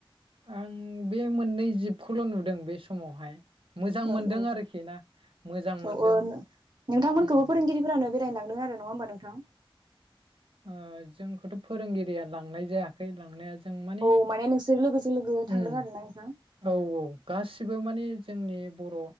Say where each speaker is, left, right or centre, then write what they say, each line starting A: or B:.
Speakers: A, on the right; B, on the right.
A: आं बे मोननै जिब खौल' नुदों बे समावहाय। मोजां मोनदों
B: औ औ
A: आरोखि ना मोजां मोनदों
B: औ औ नो नोंथांमोनखौबो
A: उम
B: फोरोंगिरिफोरानो बे रायनो लांदों आरो नङा होमबा नोंथां?
A: ओ जोंखौथ' फोरोंगिरिया लांनाय जायाखै लांनाया जों माने
B: औ नोंसोर लोगोजों लोगो थांदों
A: उम
B: आरोना नोंथां
A: औ औ गासिबो माने जोंनि बर'